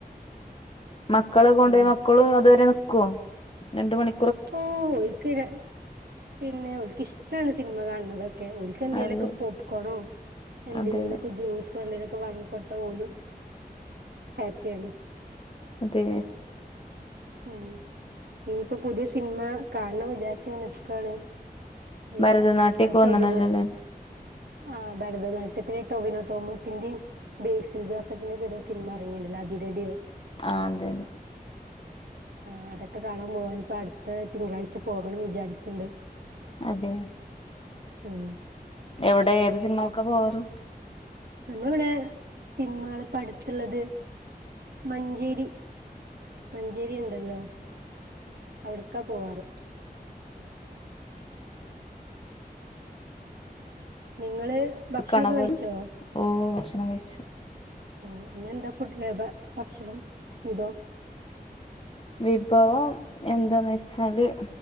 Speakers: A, on the left; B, on the right.
A: മക്കള കൊണ്ടുപോയി
B: ഉം
A: മക്കളും അതുവരെ കൊ രണ്ട് മണി
B: ഓ ഓര്ക്ക് പിന്നെ ഓര്ക്ക് ഇഷ്ടാണ് സിനിമ കാണുന്നതൊക്കെ ഓൾക്ക് എന്തേലുമൊക്കെ
A: അതെ
B: പോപ്കോണോ എന്തെങ്കിലുമൊക്കെ
A: അതെ
B: ജ്യൂസോ എന്തെലൊ വാങ്ങിക്കൊടുത്താ ഓലും ഹപ്പിയാണ്
A: അതെ
B: ആഹ് ഇനിപ്പോ പുതിയ സിനിമ കാണണം വിചാരിച്ചിങ്ങനെ നിക്കാണ് ഇ
A: ഭരതനാട്യൊക്കെ വന്നണല്ലോല്ലേ
B: ടൊവിനോടെ ആഹ് ഭരതനാട്യത്തിലെ ടൊവിനോ തോമോസിന്റെയും ബേസിൽ ജോസഫിന്റെ ഒക്കെ സിനിമ ഇറങ്ങിയിട്ടിണ്ടല്ലോ അതിരടിയോ
A: ആഹ് അതന്നെ
B: ആ അതൊക്കെ കാണാൻ പോവാൻ ഇപ്പോ അടുത്ത തിങ്കളാഴ്ച പോകണം വിചാരിക്കിണ്ട്
A: അതെ
B: ആഹ
A: എവിടെ ഏത് സിനിമക്ക പോവാറ്
B: നമ്മിളിടെ സിനിമകൾ ഇപ്പോ അടുത്തുള്ളത് മഞ്ചേരി മഞ്ചേരി ഉണ്ടല്ലോ അവിടക്കാ പോവാറ് നിങ്ങള് ഭക്ഷണൊക്കെ
A: കാണാൻ പോവല്
B: കഴിച്ചോ
A: ഓ <unintelligible>
B: ഉ പിന്നെ എന്താ ഫുഡ് ഭക്ഷണം വിഭവം
A: വിഭവം എന്താന്ന് വെച്ചാല്